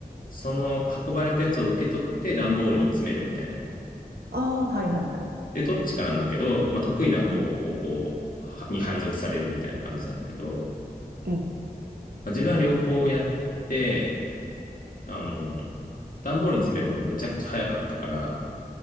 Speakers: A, on the left (about 60°); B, on the right (about 75°).
A: その運ばれたやつを受け取って段ボールに詰めるみたいな。
B: ああ、はいはいはい。
A: で、どっちかなんだけど、まあ、得意な方をこう、
B: うん、
A: はに配属されるみたいな感じなんだけど、
B: うん。
A: まあ、自分は両方やって、あの、段ボールに詰めるのがめちゃくちゃ早かったから、